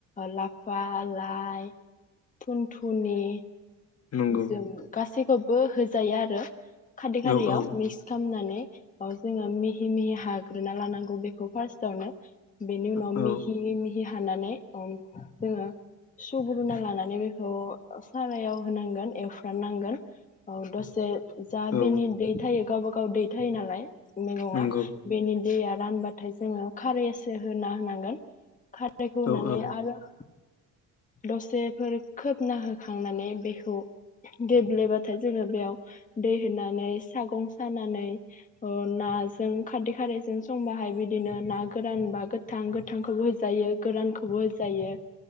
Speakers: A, on the left; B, on the left.
A: लाफा लाइ थुनथुनि।
B: नंगौ
A: जों गासै खौबो होजायो आरो। खारदै
B: औ
A: खारियाव
B: औ
A: मिक्स खालामनानै। <inaudible> आव जोङो मिहि मिहि हाग्रोना लानांगौ बेखौ फार्स्टआवनो। बेनो उनाव
B: औ
A: मिहिलि मिहि हि हानानै जोङो सुग्रुना लानानै बेखौ सारायाव होनांगोन एवफ्राननांगोन दसे जा
B: औ
A: बिनि दै थायो गावबा गाव दै थायो नालाय। मेगङा
B: नंगौ
A: बेनि दैया रानबाथाय जोङो खारै एसे होना होनांगोन खारै रैखौ
B: औ
A: होनानै
B: औ
A: आरो दसेफोर खोबना होखांनानै बेखौ गेब्लेबाथाय जोङो बेयाव दै होनानै सागं सानानै अ नाजों खारदै खारैजों संबाहाय बिदिनो ना गोरान बा गोथां गोथांखौबो होजायो गोरानखौबो होजायो।